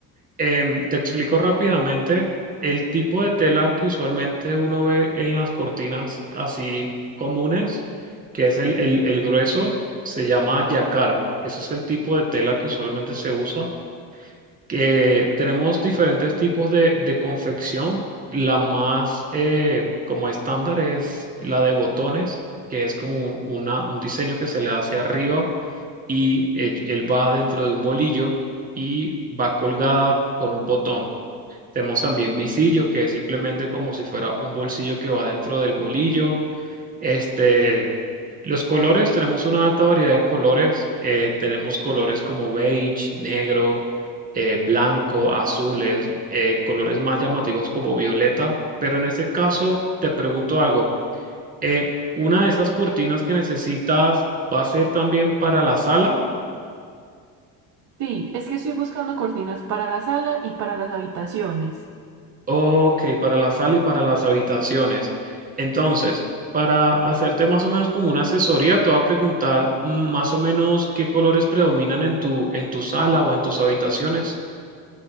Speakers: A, on the right (about 25°); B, on the right (about 50°).
A: Em, te explico rápidamente el tipo de tela que usualmente uno ve en las cortinas así comunes, que es el, el- el grueso, se llama yacar. Ese es el tipo de tela que usualmente se usa. Que tenemos diferentes tipos de, de confección. La más eh, como estándar es la de botones, que es como una, un diseño que se le hace arriba y él él va dentro de un bolillo y va colgada con un botón. Tenemos también visillo, que es simplemente como si fuera un bolsillo que va dentro del bolillo. Este, los colores, tenemos una alta variedad de colores. eh, tenemos colores como beige, negro, eh, blanco, azules, eh, colores más llamativos como violeta. Pero en este caso, te pregunto algo. eh, ¿una de esas cortinas que necesitas va a ser también para la sala?
B: Sí, es que estoy buscando cortinas para la sala y para las habitaciones.
A: Ok, para la sala y para las habitaciones. Entonces, para hacerte más o menos como una asesoría, te voy a preguntar mm, más o menos qué colores predominan en tu, en tu sala o en tus habitaciones.